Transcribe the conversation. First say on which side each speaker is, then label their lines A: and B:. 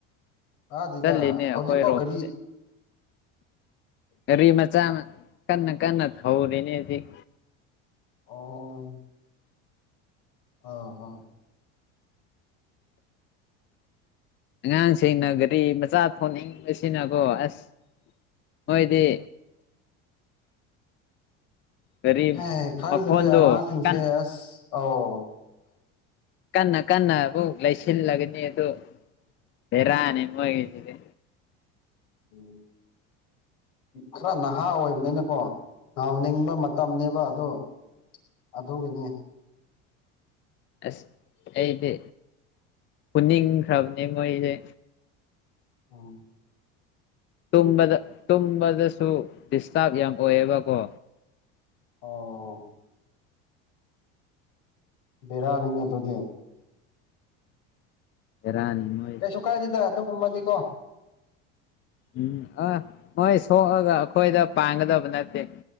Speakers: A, on the left; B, on the left.
A: ꯑꯗꯤꯅ
B: ꯆꯠꯂꯤꯅꯦ
A: ꯍꯧꯖꯤꯛꯐꯥꯎ
B: ꯑꯩꯈꯣꯏꯔꯣꯝꯗꯤ
A: ꯀꯔꯤ
B: ꯒꯥꯔꯤ ꯃꯆꯥꯅ ꯀꯟꯅ ꯀꯟꯅ ꯊꯧꯔꯤꯅꯦ ꯍꯧꯖꯤꯛ
A: ꯑꯣ ꯑꯥ ꯍꯣ
B: ꯑꯉꯥꯡꯁꯤꯡꯅ ꯒꯥꯔꯤ ꯃꯆꯥ ꯊꯧꯅꯤꯡꯕꯁꯤꯅꯀꯣ ꯑꯁ ꯃꯣꯏꯗꯤ ꯒꯥꯔꯤ
A: ꯍꯦ ꯈꯪꯗ꯭ꯔꯦ
B: ꯃꯈꯣꯟꯗꯣ
A: ꯑꯉꯥꯡꯁꯤꯡꯁꯦ
B: ꯀꯟ
A: ꯑꯁ ꯑꯧ
B: ꯀꯟꯅ ꯀꯟꯅ ꯑꯃꯨꯛ ꯂꯩꯁꯤꯜꯂꯒꯅꯤ ꯑꯗꯨ ꯕꯦꯔꯥꯅꯤ ꯃꯣꯏꯒꯤꯁꯤꯗꯤ
A: ꯎꯝ ꯈꯔ ꯅꯍꯥ ꯑꯣꯏꯕꯅꯤꯅꯀꯣ ꯉꯥꯎꯅꯤꯡꯕ ꯃꯇꯝꯅꯦꯕ ꯑꯗꯣ ꯑꯗꯨꯒꯤꯅꯦ
B: ꯑꯁ ꯑꯩꯗꯤ ꯐꯨꯅꯤꯡꯈ꯭ꯔꯕꯅꯦ ꯃꯣꯏꯁꯦ
A: ꯎꯝ
B: ꯇꯨꯝꯕꯗ ꯇꯨꯝꯕꯗꯁꯨ ꯗꯤꯁꯇꯥꯔꯕ ꯌꯥꯝ ꯑꯣꯏꯌꯦꯕꯀꯣ
A: ꯑꯣ ꯕꯤꯔꯥꯅꯤꯅꯦ ꯑꯗꯨꯗꯤ
B: ꯕꯦꯔꯥꯅꯤ ꯃꯣꯏꯁꯤꯗꯤ
A: ꯀꯩꯁꯨꯨ ꯀꯥꯏꯗꯦꯗ ꯑꯗꯨꯒꯨꯝꯕꯗꯤꯀꯣ
B: ꯎꯝ ꯑ ꯍꯣꯏ ꯁꯣꯛꯑꯒ ꯑꯩꯈꯣꯏꯗ ꯄꯥꯡꯒꯗꯕ ꯅꯠꯇꯦ